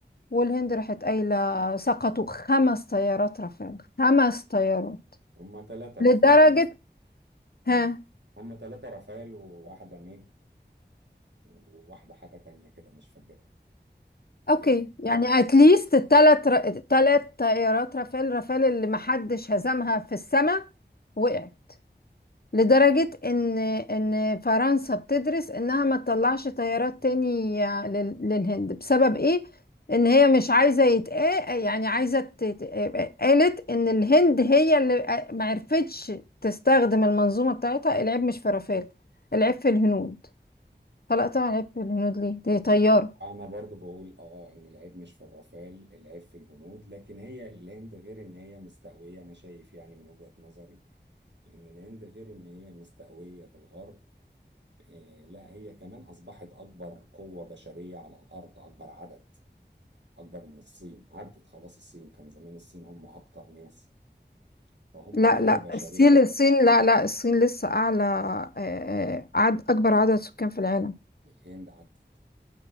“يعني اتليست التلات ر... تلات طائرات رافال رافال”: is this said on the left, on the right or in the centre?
Left